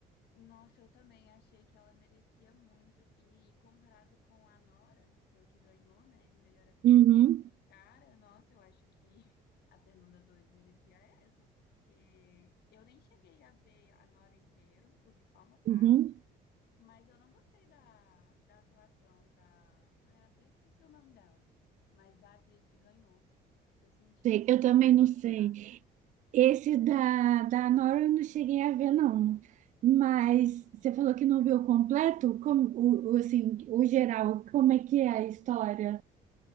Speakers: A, on the left (about 75°); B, on the right (about 45°).
A: Nossa, eu também achei que ela merecia muito. E comparado com a Nora, que foi o que ganhou, né, de melhor atriz,
B: Uhum,
A: cara, nossa, eu acho que <laughs> a Fernanda 2 merecia essa, porque eu nem cheguei a ver a Nora inteiro, eu vi só uma parte,
B: uhum.
A: mas eu não gostei da, da atuação da. Ah, eu até esqueci o nome dela, mas da atriz que ganhou. Eu senti
B: Sei,
A: assim,
B: Eu também
A: muito
B: não sei.
A: forçada.
B: Esse da, da Nora eu não cheguei a ver, não. Mas você falou que não viu completo? Como, o, o, assim, o geral, como é que é a história?